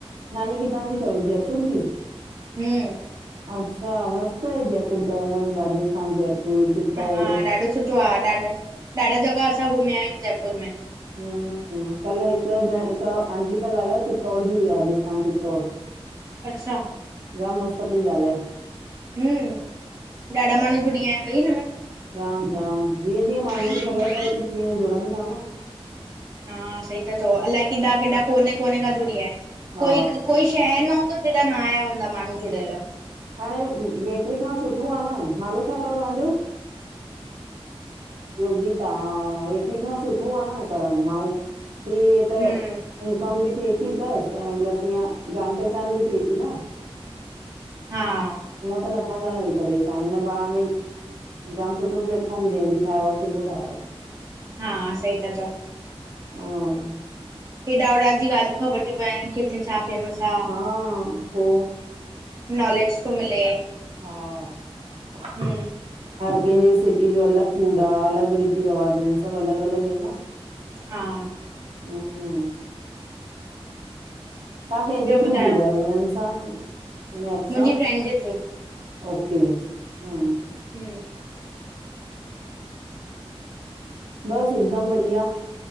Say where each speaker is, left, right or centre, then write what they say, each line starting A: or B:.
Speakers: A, on the right (about 70°); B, on the right (about 35°).
A: नानी किथां जी तव, जयपुर जी?
B: हम्म।
A: अच्छा मस्त आहे जयपुर त, राजस्थान जयपुर चित्तौड़
B: हा ॾाढो सुठो आ ॾाढा जॻह असां घुमिया आहियूं जयपुर में
A: हम्म हम्म कल हिकु ॼण हिकु आंटी सां ॻाल्हायो चित्तौड़ जी हुई राजस्थान चित्तौड़। <inaudible>
B: अच्छा।
A: जाम मस्त पई ॻाल्हाए।
B: हम्म, ॾाढा माणहू जुड़ीयान भई हिन में
A: जाम-जाम जीअं-जीअं माणुहुनि
B: हम्म,
A: खे ख़बर पए थी तीअं जुड़नि था न।
B: हा सही त चओ अलाए किॾा किॾा कोने कोने खां जुड़िया आहिनि
A: हा
B: कोई कोई शहर न हूंदो जिडां न आया हूंदा माणहू जुड़ियल।
A: हाणे वेठे खां सुठो आह न। नालो छा अथव तव्हांजो? योगिता हा वेठे खां सुठो आह न करण माण्हू फ्री वे त
B: हम्म
A: इनकम बि थिए थी प्लस ईअ जान पहचान बि थेती न। <inaudible>
B: हा।
A: हूअं त नथा ॻाल्हायूं हिक बे सां हिन बहाने जाम सुठो प्लेटफॉर्म जे ठायो अ सिधो ठायो।
B: हा सही ता चओ।
A: हा।
B: हेॾा होॾा जी गाल्यूं ख़बर थी पवनि किथे छा फेमस आ
A: हा पो
B: नॉलेज तो मिले।
A: हा।
B: हम्म।
A: हर कंहिंजी सिटी जो अलॻ फूड आ अलॻ रीति रवाज आहिन सभु अलॻ अलॻ आहिन न।
B: हा।
A: हम्म। तव्हां कंहिंजे
B: ॿियो
A: थ्रू
B: ॿुधायो
A: जुड़िया आहियो? हिननि सां, हिन एप
B: मुंहिंजी
A: सां!
B: फ्रेंड जे थ्रू।
A: ओके हम्म।
B: हम्म।
A: बस हिकदम बढ़िया।